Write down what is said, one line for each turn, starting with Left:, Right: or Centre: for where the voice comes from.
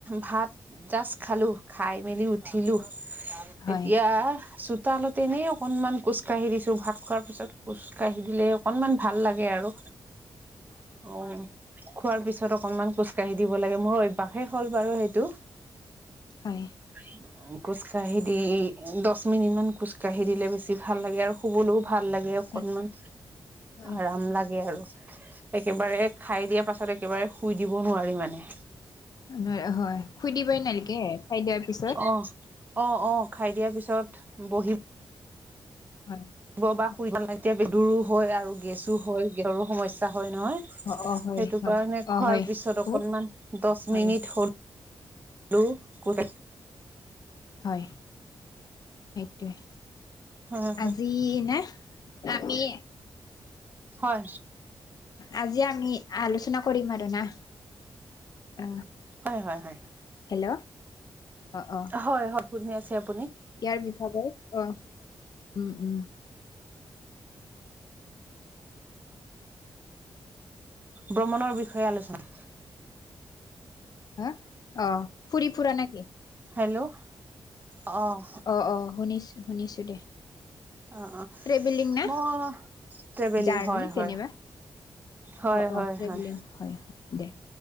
Right: ভাত জাষ্ট খালো খাই মেলি উঠিলো।
Left: হয়
Right: এতিয়া চো তালতে এনেই অকনমান খোজ কাঢ়ি দিছো ভাত খোৱাৰ পিছত খোজ কাঢ়ি দিলে অকনমান ভাল লাগে আৰু অ খোৱাৰ পিছত অ কনমান খোজ কঢ়ি দিব লাগে মোৰ অভ্যাসে হ'ল বাৰু সেইটো
Left: হয়
Right: <unintelligible> খোজকাঢ়ি দি দহ মিনিটমান খোজকাঢ়ি দিলে বেছি ভাল লাগে আৰু শুবলৈও ভাল লাগে অকণমান
Left: হয় হয়
Right: আৰাম লাগে আৰু একেবাৰে খাই দিয়াৰ পাছত একেবাৰে শুই দিব নোৱাৰি মানে
Left: ন হয় খুই দিবই নালগে খাই দিয়াৰ পিছত
Right: অ', অ অ খাই দিয়াৰ পিছত বহি
Left: হয়
Right: ব বা
Left: হয়
Right: শুই নালাগে এতিয়া বিদুৰো হয় আৰু গেছো হয় গেছৰো সমস্যা হয় নহয় সেইটো
Left: অ হয় হয়
Right: কাৰণে
Left: অ
Right: খোৱাৰ
Left: হয়
Right: পিছত
Left: বহুত
Right: অকনমান দহ
Left: হয়
Right: মিনিট হ'ল আৰু ক
Left: হয় সেইটোৱে
Right: হয়,
Left: আজি নে আমিয়ে
Right: হয়
Left: আজি আমি আলোচনা কৰিম আৰু না অ
Right: হয় হয় হয়
Left: হেল্ল' অ অ
Right: হয় হয় শুনি আছে আপুনি।
Left: ইয়াৰ পিছতে অহ উম উম
Right: ভ্ৰমণৰ বিষয়ে আলোচনা
Left: হা অ ফুৰি ফুৰা নেকি
Right: হেল্ল' অ',
Left: অ অ শুনিছো শুনিছো দে
Right: অ অ
Left: ট্ৰেভেলিং না
Right: মই ট্ৰেভেলিং
Left: জাৰ্ণি
Right: হয় হয়
Left: যেনিবা
Right: হয়,
Left: অ অ
Right: হয়,
Left: ট্ৰেভেলিং
Right: হয়,
Left: হয় হয় দে